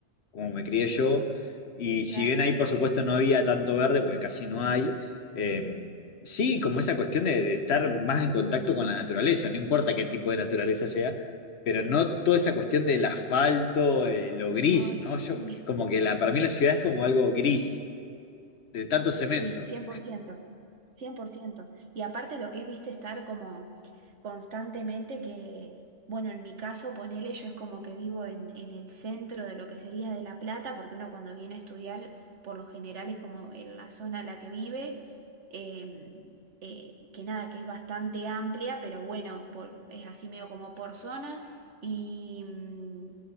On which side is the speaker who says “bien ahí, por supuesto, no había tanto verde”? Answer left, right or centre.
Left